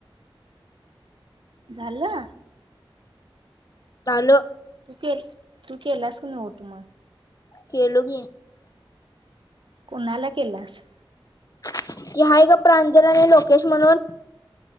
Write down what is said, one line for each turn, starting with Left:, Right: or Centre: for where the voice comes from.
Right: झाला
Left: लो
Right: तूक तूक केलासक न उट म
Left: खेलोगी
Right: कोणाला केलास
Left: ह हा ए का प्रांजलाने लोकेश म्हणून